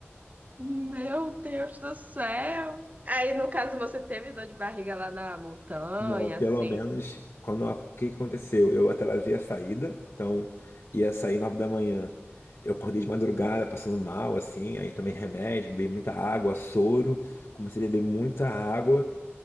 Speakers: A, on the right; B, on the left.
A: Meu Deus do céu! Aí, no caso, você teve dor de barriga lá na montanha,
B: Não, pelo
A: assim?
B: menos quando a- o que que aconteceu? Eu atrasei a saída, então ia sair nove da manhã. Eu acordei de madrugada passando mal, assim, aí tomei remédio, bebi muita água, soro, comecei a beber muita água,